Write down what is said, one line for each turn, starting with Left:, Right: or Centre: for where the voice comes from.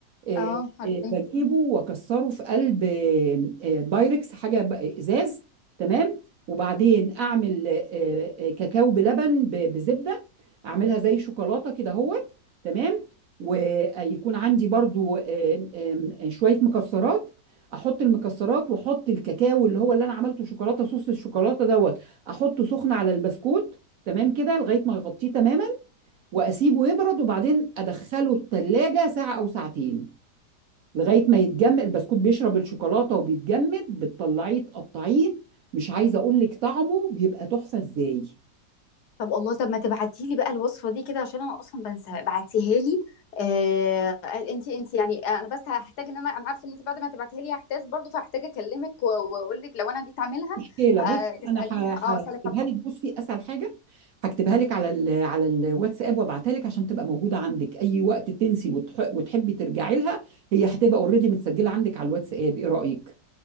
Right: آه،
Left: اه عارفين
Right: آه، بجيبه واكسره في قلب آه، آه، بايركس حاجه ب- ازاز تمام وبعدين اعمل آه، آه، كاكاو بلبن ب- بزبده اعملها زي شوكولاته كده اهوت تمام ويكون عندي برضو آم، آم، شويه مكسرات احط المكسرات واحط الكاكاو اللي هو اللي انا عملته شوكولاته صوص الشوكولاته دوت احطه سخن على البسكوت تمام كده لغايه ما يغطيه تماما واسيبه يبرد وبعدين ادخله التلاجة ساعه او ساعتين لغاية ما يتجمد البسكوت بيشرب الشوكولاتة وبيتجمد بتطلعيه تقطعيه مش عايزة أقول لك طعمه بيبقى تحفة إزاي
Left: طب الله طب ما تبعتي لي بقى الوصفه دي كده عشان انا اصلا بنساها بعتيها لي آه انت انت يعني انا بس هحتاج ان انا انا عارفه ان انت بعد ما تبعتيها لي هحتاج برضو فهحتاج اكلمك و- واقول لك لو انا جيت اعملها
Right: مشكلة
Left: آه
Right: بصي
Left: تساليني
Right: أنا ه-
Left: اه اسالك
Right: هكتبها لك بصي أسهل حاجة هكتبها لك على ال على الواتساب وابعتها لك عشان تبقى موجودة عندك أي وقت تنسي وتح- وتحبي ترجعي لها هي هتبقى اوريدي متسجلة عندك على الواتساب إيه رأيك؟